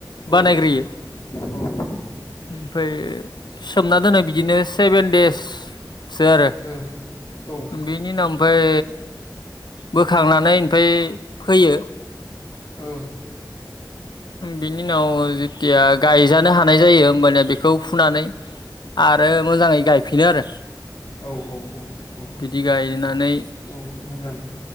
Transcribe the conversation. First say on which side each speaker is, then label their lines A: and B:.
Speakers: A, on the left; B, on the left.
A: औ
B: बानायग्रोयो ।
A: औ ओ
B: ओमफ्राय सोमना दोनो बिदिनो सेभेन देस सो आरो
A: औ औ
B: बेनि उनाव ओमफाय होखांनानै ओमफाय फैयो।
A: औ
B: बिनि उनाव जेथिया गायजानो हानाय जायो होमबानिया बेखौ फुनानै आरो मोजाङै गायफिनो आरो।
A: औ औ औ
B: बिदि गायनानै
A: औ मोजां